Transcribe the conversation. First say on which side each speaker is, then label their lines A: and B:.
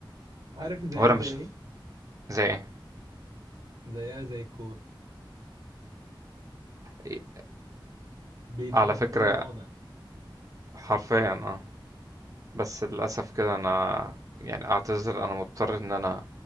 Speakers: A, on the right; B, on the right.
A: عارف زيها
B: هو انا
A: زي
B: مش
A: ايه
B: زي ايه
A: زيها زي الكور
B: إيه،
A: بيضحك
B: على فكرة
A: في المواضع
B: حرفيا اه بس للأسف كده انا يعني اعتذر انا مضطر ان انا